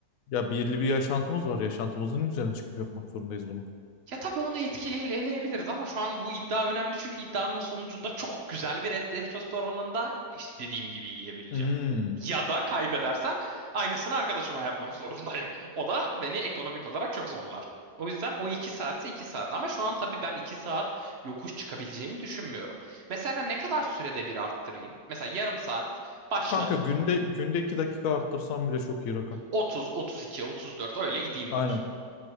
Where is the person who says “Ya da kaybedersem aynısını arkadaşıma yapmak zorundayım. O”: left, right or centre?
Right